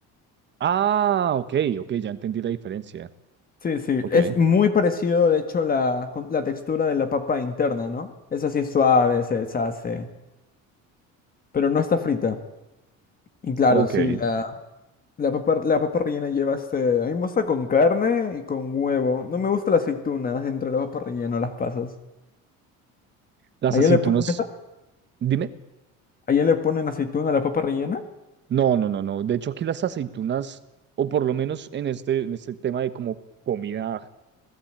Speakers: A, on the right; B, on the left.
A: Ah, ok, ok, ya entendí la diferencia.
B: Sí, sí.
A: Ok,
B: Es muy parecido, de hecho, la, con- la textura de la papa interna, ¿no? Esa sí Es suave, se deshace, pero no está frita. Y claro,
A: ok.
B: sí, la, la papa, la papa rellena lleva este... A mí me gusta con carne y con huevo. No me gusta la aceituna entre la papa rellena o las pasas.
A: Las
B: ¿Allá
A: aceitunas,
B: le ponen,
A: dime.
B: allá le ponen aceituna a la papa rellena?
A: No, no, no, no. De hecho, aquí las aceitunas, o por lo menos en este, en este tema de como comida.